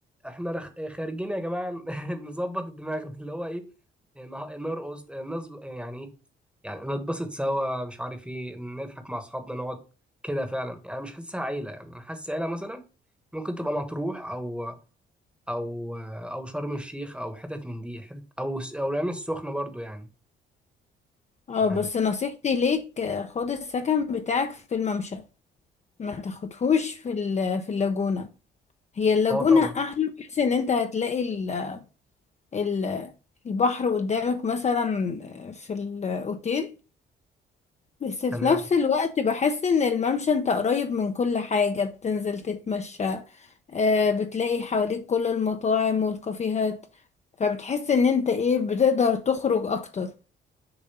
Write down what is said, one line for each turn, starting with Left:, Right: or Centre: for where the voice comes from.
Centre: احنا رخ... خارجين يا جماعه <laughs> نظبط الدماغ اللي هو ايه نه- نرقص نظ... يعني ايه يعني نتبسط سوا مش عارف ايه نضحك مع اصحابنا نقعد كده فعلا يعني مش حاسسها عيله يعني انا حاسس عيله مثلا ممكن تبقى مطروح او او او شرم الشيخ او حتت من دي حتت او او العين السخنه برضو يعني
Left: اه بس
Centre: يعني
Left: نصيحتي ليك آه، خد السكن بتاعك في الممشى ما تاخدهوش في ال- في اللاجونة هي اللاجونة
Centre: اه طبعا
Left: احلى بحيث ان انت هتلاقي ال- ال- البحر قدامك مثلا في الاوتيل بس في
Centre: تمام
Left: نفس الوقت بحس ان الممشى انت قريب من كل حاجة بتنزل تتمشى آه، بتلاقي حواليك كل المطاعم والكافيهات فبتحس ان انت ايه بتقدر تخرج اكتر